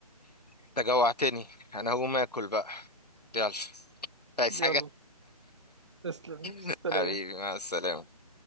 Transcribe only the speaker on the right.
يلا
تسلم سلام